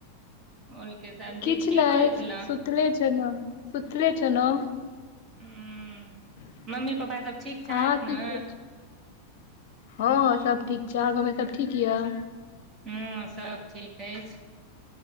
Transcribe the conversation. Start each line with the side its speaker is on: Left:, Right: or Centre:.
Right: ओलके सब्जी
Left: किछ नहि
Right: की करै छलौं
Left: सुतले छनो, सुनो
Right: हूँ
Left: <unintelligible>
Right: मम्मी पापा सब ठीक छथि
Left: अहाँ की
Right: ने
Left: करय छी हं हं सब ठीक छै आहां घरमे सब ठीक या
Right: हं सब ठीक अछि